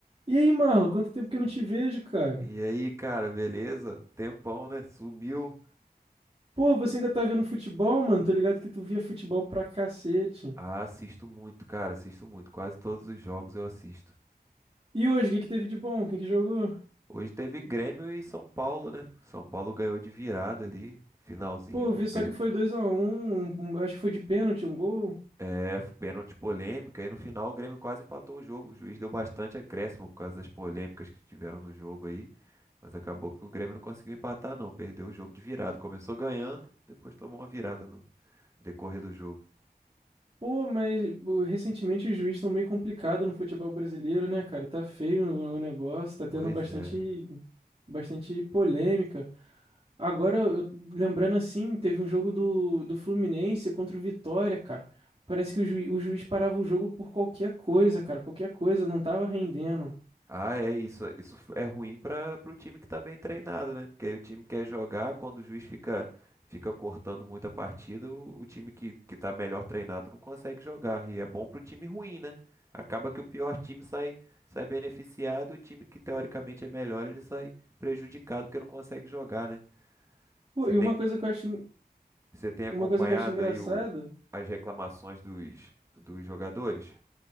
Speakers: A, on the right; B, on the right.
A: E aí, Marlon, quanto tempo que eu não te vejo, cara?
B: E aí, cara, beleza? Tempão, né? Sumiu.
A: Pô, você ainda tá vendo futebol, mano? Tô ligado que tu via futebol pra cacete.
B: Ah, assisto muito, cara, assisto muito. Quase todos os jogos eu assisto.
A: E hoje, o que que teve de bom? Quem que jogou?
B: Hoje teve Grêmio e São Paulo, né? São Paulo ganhou de virada ali, finalzinho.
A: Pô, eu vi
B: o
A: só
B: Grêmio.
A: que foi 2 x um. um- acho que foi de pênalti, um gol.
B: É, pênalti polêmica. E no final o Grêmio quase empatou o jogo. O juiz deu bastante acréscimo por causa das polêmicas que tiveram no jogo aí. Mas acabou que o Grêmio não conseguiu empatar, não. Perdeu o jogo de virada. Começou ganhando, depois tomou uma virada no decorrer do jogo.
A: Pô, mas pô, recentemente os juízes estão meio complicado no futebol brasileiro, né, cara? Tá feio o o negócio, tá tendo
B: Pois
A: bastante,
B: é.
A: bastante polêmica. Agora, eu, eu- lembrando assim, teve um jogo do, do Fluminense contra o Vitória, cara. Parece que o, juiz o juiz parava o jogo por qualquer coisa, cara. Qualquer coisa, não tava rendendo.
B: Ah, é, isso, isso é ruim para o time que tá bem treinado, né? Porque aí o time quer jogar, quando o juiz fica, fica cortando muita partida, o, o time que, que tá melhor treinado não consegue jogar. E é bom pro time ruim, né? Acaba que o pior time sai, sai beneficiado e o time que teoricamente é melhor, ele sai prejudicado porque não consegue jogar, né?
A: Pô,
B: Você
A: e
B: tem,
A: uma coisa que eu acho, en-
B: você tem acompanhado
A: uma coisa que eu acho engraçada.
B: aí o, as reclamações dos, dos jogadores?